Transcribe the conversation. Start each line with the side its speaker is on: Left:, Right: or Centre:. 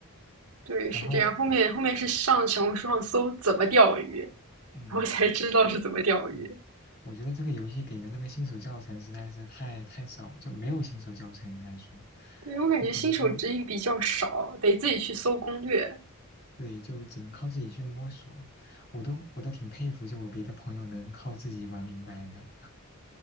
Right: 对，
Left: 然后，
Right: 是这样。后面后面是上小红书上搜怎么钓鱼，
Left: 嗯
Right: 然后才知道是怎么钓鱼。
Left: 嗯，我觉得这个游戏给的那个新手教程实在是太太少，就没有新手教程应该说，
Right: 对，我感觉新手指引比较少，
Left: 就只能靠
Right: 得自己去搜攻略。
Left: 对，就只能靠自己去摸索。我都我都挺佩服，就我别的朋友能靠自己玩明白的。